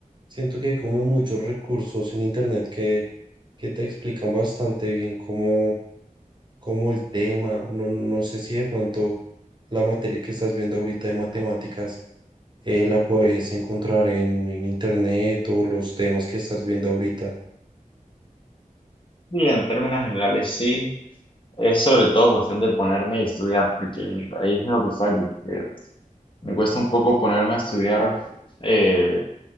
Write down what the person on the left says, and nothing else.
Sí, en términos generales sí, es sobre todo cuestión de ponerme y estudiar, porque ahí es lo que fallo, que me cuesta un poco ponerme a estudiar eh,